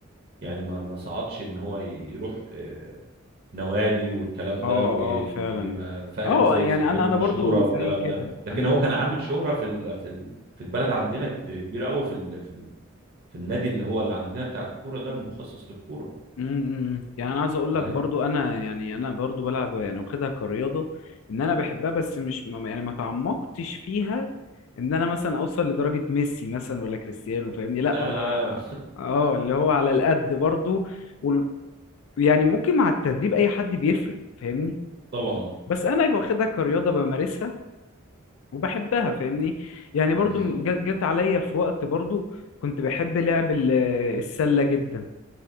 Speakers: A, on the right; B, on the left.
A: يعني ما ما صعدش ان هو يروح آه، نوادي والكلام
B: اه
A: ده وي-
B: اه فعلا
A: ويبقى فاهم
B: اه
A: زي
B: يعني
A: في النوادي
B: انا انا
A: المشهوره
B: برضو
A: والكلام
B: زي كده
A: ده لكن
B: انا
A: هو كان عامل شهره في ال- في ال- في البلد عندنا كب- كبيره قوي في ال- في في النادي اللي هو اللي عندنا بتاع الكوره ده المخصص للكوره
B: م- م- يعني انا عايز اقول
A: فاهم
B: لك برضو انا يعني انا برضو بلعب يعني واخدها كرياضه ان انا بحبها بس مش ما- يعني ما تعمقتش فيها ان انا مثلا اوصل لدرجه ميسي مثلا ولا كريستيانو فاهمني
A: انت
B: لا
A: لا
B: انا اه اللي هو على القد برضو وال- يعني ممكن مع التدريب اي حد بيفرق فاهمني
A: <laughs> طبعا
B: بس انا واخدها كرياضه بمارسها وبحبها فاهمني يعني برضو
A: بالظبط
B: من- جت جت عليا في وقت برضو كنت بحب لعب ال- السلة جدا